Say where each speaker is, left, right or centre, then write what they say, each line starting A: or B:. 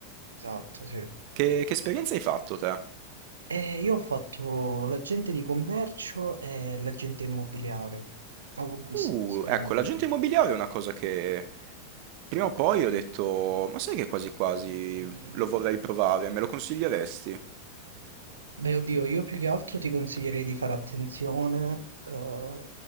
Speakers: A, on the right; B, on the right.
A: Esatto, sì.
B: Che, che esperienza hai fatto te?
A: Eh, io ho fatto l'agente di commercio e l'agente immobiliare. Ho avuto queste
B: Uh,
A: due esperienze.
B: ecco, l'agente immobiliare è una cosa che prima o poi ho detto, ma sai che quasi quasi
A: Mm.
B: lo vorrei provare, me lo consiglieresti?
A: Beh, oddio, io più che altro ti consiglierei di fare attenzione eh,